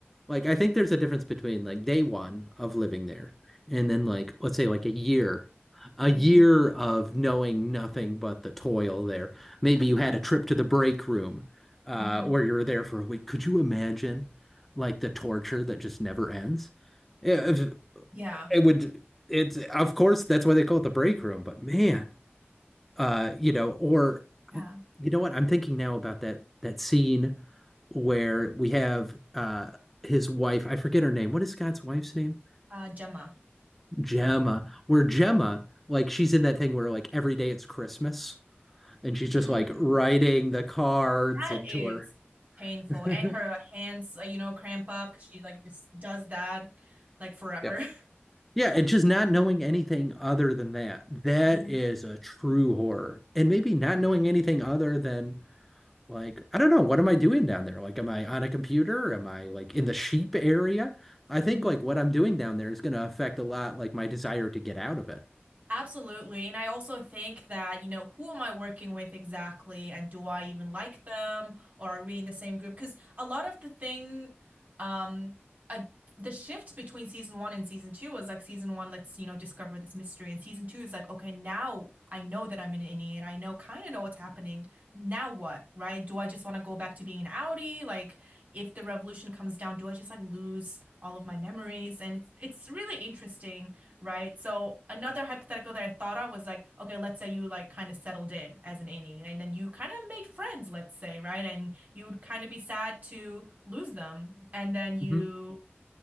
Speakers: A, in the centre; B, on the right (about 40°).
A: Like I think there's a difference between like day one of living there and then like let's say like a year. A
B: Mm-hmm.
A: year of knowing nothing but the toil there. Maybe you had a trip to the break room uh
B: Mm-hmm.
A: where you were there for a week. Could you imagine like the torture that just never ends? It,
B: Yeah.
A: it would it's of course that's why they call it the break room, but man, uh, you know, or
B: Yeah.
A: you know what? I'm thinking now about that that scene where we have uh his wife, I forget her name. What is Scott's wife's name?
B: Uh, Gemma.
A: Gemma. Where Gemma, like she's in that thing where like every day it's Christmas and she's
B: Mm.
A: just like writing the cards
B: That
A: into
B: is
A: her.
B: painful.
A: <laughs>
B: And her hands, uh, you know, cramp up because she like just does that like forever.
A: Yeah. Yeah, and just not knowing anything other than that. That
B: <laughs> hmm
A: is a true horror. And maybe not knowing anything other than Like, I don't know, what am I doing down there? Like, am I on a computer? Am I like in the sheep area? I think
B: hmm
A: like what I'm doing down there is going to affect a lot like my desire to get out of it.
B: Absolutely. And I also think that, you know, who am I working with exactly? And do I even like them? Or are we in the same group? Because a lot of the thing, um, a, the shift between season one and season two was like season one, let's, you know, discover this mystery. And season two is like, okay, now I know that I'm an innie and I know kind of know what's happening. Now what, right? Do I just want to go back to being an Audi? Like, if the revolution comes down, do I just like lose all of my memories? And it's, it's really interesting. Right. So another hypothetical that I thought of was like, okay, let's say you like kind of settled in as an innie and then you kind of made friends, let's say, right? And you would kind of be sad to lose them. And then you
A: Mm-hmm.